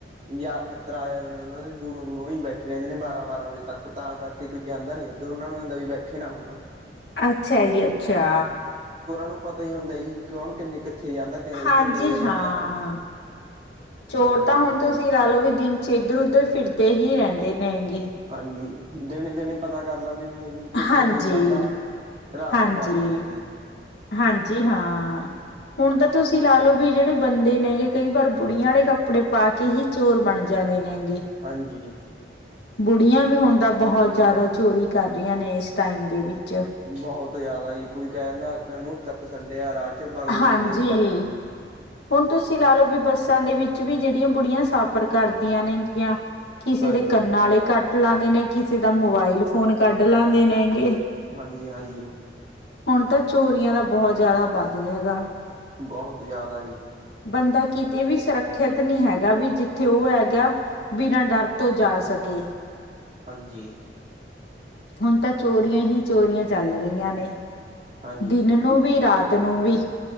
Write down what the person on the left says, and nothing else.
ਅੱਛਾ ਜੀ ਅੱਛਾ,
ਹਾਂਜੀ
ਹਾਂ, ਚੋਰ
ਤਾਂ ਹੁਣ ਤੁਸੀਂ ਲਾ ਲਓ ਵੀ ਦਿਨ ਚ ਇੱਧਰ ਉਧਰ ਫਿਰਦੇ, ਈ ਹੀ ਰਹਿੰਦੇ, ਨੇ ਗੇ।
ਹਾਂਜੀ,
ਹਾਂਜੀ,
ਹਾਂਜੀ ਹਾਂ ਹੁਣ ਤਾਂ ਤੁਸੀਂ, ਤੁਸੀਂ ਲਾ ਲਓ ਵੀ ਜਿਹੜੇ ਬੰਦੇ ਨੇਗੇ ਕਈ ਵਾਰ ਬੁੜੀਆਂ ਵਾਲੇ ਕੱਪੜੇ ਪਾ ਕੇ ਹੀ ਚੋਰ ਬਣ ਜਾਂਦੇ ਨੇਗੇ।
ਬੁੜੀਆਂ ਵੀ ਹੁਣ ਤਾਂ ਬਹੁਤ ਜ਼ਿਆਦਾ ਚੋਰੀ ਕਰ ਰਹੀਆਂ ਨੇ ਇਸ ਟਾਈਮ ਦੇ ਵਿੱਚ
ਹਾਂਜੀ।
ਹੁਣ ਤੁਸੀਂ ਲਾ ਲਓ ਵੀ ਬੱਸਾਂ ਦੇ ਵਿੱਚ ਵੀ ਜਿਹੜੀਆਂ ਬੁੜੀਆਂ ਸਾਫ਼ਰ ਕਰਦੀਆਂ ਨੇਗੀਆਂ। ਕਿਸੇ
ਦੇ ਕੰਨਾਂ ਆਲੇ ਕਟ ਕੱਟ ਲਾਦੇ ਨੇ ਕਿਸੇ ਦਾ ਮੋਬਾਇਲ ਫੋਨ ਕੱਢ ਲਾਂਦੇ ਨੇ ਹੈਗੇ।
ਹੁਣ ਤਾਂ ਚੋਰੀਆਂ ਦਾ ਬਹੁਤ ਜ਼ਿਆਦਾ ਵੱਧ ਰਿਹਾ ਗਾ,
ਬੰਦਾ ਕਿਤੇ ਵੀ ਸੁਰੱਖਿਅਤ ਨੀ ਹੈਗਾ ਵੀ ਜਿੱਥੇ ਉਹ ਹੈਗਾ ਬਿਨਾਂ ਡਰ ਤੋਂ ਜਾ ਸਕੇ।
ਹੁਣ ਤਾਂ ਚੋਰੀਆਂ ਹੀ ਚੋਰੀਆਂ ਚੱਲ ਰਹੀਆਂ ਨੇ।
ਦਿਨ ਨੂੰ ਵੀ ਰਾਤ ਨੂੰ ਵੀ।